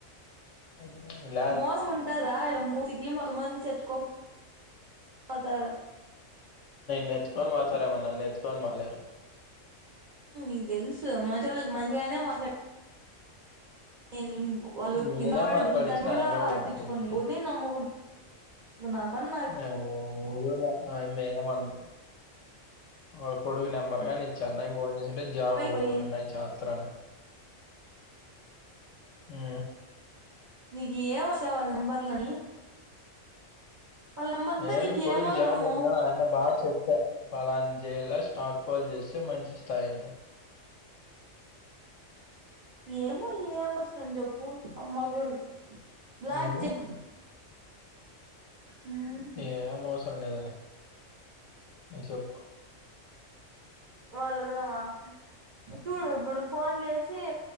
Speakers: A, on the left; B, on the right.
A: ఊ లా
B: మోసం ఉంటారా ఇలా మూతికి మత్ మంద్ చెత్క పోతారు
A: నెత్కోన్ పోతారెమో ననేత్కోన్ భాలేరు
B: ఊ తెలుసు మంచోళ్లు మంచిగానే మాట్లాడ ఏ నిన్ వాళ్ళు
A: నేనే
B: కిందవడి
A: మాట్లాడించిన
B: దొర్లుతాంటి కూడా
A: ఆమె ఇప్పుడు
B: పట్టించుకోని
A: మాట్లాడించింది
B: ఊర్ నీ నమ్మకూడా ఇపుడు నా పన్
A: ఆ ఈ రోజా ఆమే ఏడ వంద్ వాళ్ళ కొడుకు నెంబర్ గాని ఇచ్చి అన్నయకి ఫోన్ చేసింటే జాబునచ్
B: పోయి
A: త్రన ఉ
B: నీకు ఏం వచ్చే వళ్ళ నంబర్లని నెంబర్లతో
A: ఏ
B: నీకు
A: మీ కొడుగు
B: ఏమవసరము
A: జాబ్ చేతన్నాడు ఆ అన్న బాగా చెప్పా. పలానా చేయేలా స్టాక్ పోల్ చేస్తే మంచి స్థాయి అంటారు.
B: ఏమో ఏమోస్తాం జప్పు నమ్మగూడదు జా బ్లాక్
A: ఏమి
B: జ హ్
A: ఏం అవసరం లేదులే, చెప్పు.
B: ఇవ్వాళ <unintelligible> మా చూడు ఇప్పుడు ఫోన్ చేసి